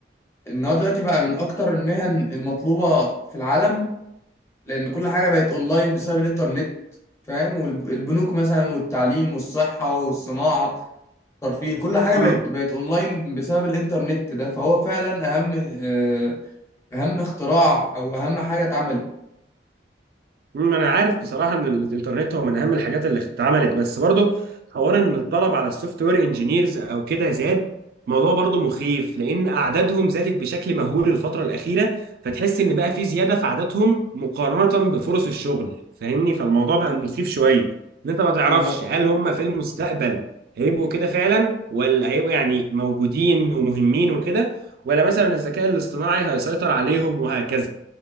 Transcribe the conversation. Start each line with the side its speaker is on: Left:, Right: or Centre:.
Left: ان هو دلوقتي بقى من اكتر المهن المطلوبة في العالم لان كل حاجة بقت اونلاين بسبب الانترنت فاهم والبنوك مثلا والتعليم والصحة والصناعة ترفيه كل حاجة
Right: امم
Left: بقت بقت اونلاين بسبب الانترنت ده فهو فعلا اهم آه، اهم اختراع او اهم حاجة اتعملت
Right: ما انا عارف بصراحه ان الانترنت هو من اهم الحاجات اللي اتعملت بس برضو حوار ان الطلب على السوفت وير انجينيرز او كده زاد موضوع برضو مخيف لان اعدادهم زادت بشكل مهول الفتره الاخيره فتحس ان بقى في زياده في عددهم مقارنه بفرص الشغل فاهمني فالموضوع بقى مخيف شويه ان انت ما تعرفش
Left: ما هو
Right: هل هم في المستقبل هيبقوا كده فعلا ولا هيبقوا يعني موجودين ومهمين وكده ولا مثلا الذكاء الاصطناعي هيسيطر عليهم وهكذا